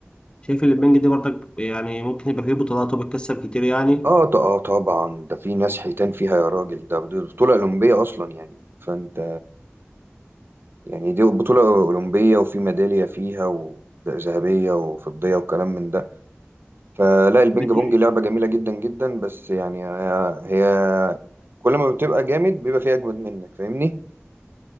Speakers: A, on the left (about 20°); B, on the right (about 55°).
A: شايف اللي البنج دي برضك يعني ممكن يبقى فيه بطولات وبتكسب كتير يعني
B: اه ط- اه طبعا ده في ناس حيتان فيها يا راجل ده دي بطولة أولمبية أصلا يعني فأنت يعني دي بطولة أولمبية وفي ميدالية فيها وذهبية وفضية وكلام من ده فلا البينج
A: طب انت
B: بونج لعبة جميلة جدا جدا بس يعني هي هي كل ما بتبقى جامد بيبقى فيها أجمد منك فاهمني؟